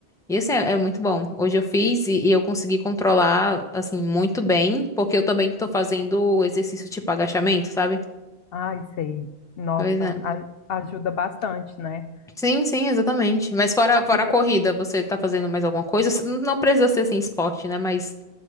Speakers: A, in the centre; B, on the left (about 65°).
A: E esse é, é muito bom. Hoje eu fiz e, e eu consegui controlar, assim, muito bem, porque eu também tô fazendo exercício tipo agachamento, sabe?
B: Ai, sei. Nossa,
A: Pois é.
B: a- ajuda bastante, né?
A: Sim, sim, exatamente. Mas fora,
B: Ajuda
A: fora a corrida, você tá fazendo mais alguma coisa? Não precisa ser assim, esporte, né? Mas